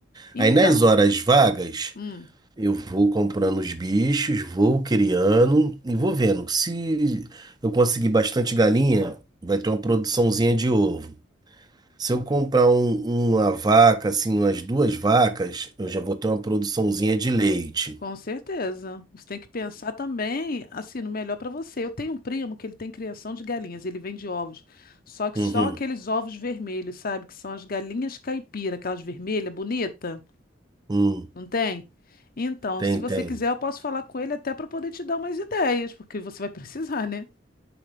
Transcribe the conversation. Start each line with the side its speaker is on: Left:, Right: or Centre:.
Left: Então,
Right: Aí nas horas vagas,
Left: hum,
Right: eu vou comprando os bichos, vou criando e vou vendo. Se eu conseguir bastante galinha, vai ter uma produçãozinha de ovo. Se eu comprar um- uma vaca, assim, umas duas vacas, eu já vou ter uma produçãozinha de leite.
Left: com certeza. Você tem que pensar também assim no melhor para você. Eu tenho um primo que ele tem criação de galinhas, ele vende ovos. Só que
Right: Uhum.
Left: só aqueles ovos vermelhos, sabe, que são as galinhas caipira, aquelas vermelhas, bonita.
Right: Hum,
Left: Não tem? Então,
Right: tem,
Left: se você
Right: tem.
Left: quiser, eu posso falar com ele até para poder te dar umas ideias, porque você vai <laughs> precisar, né?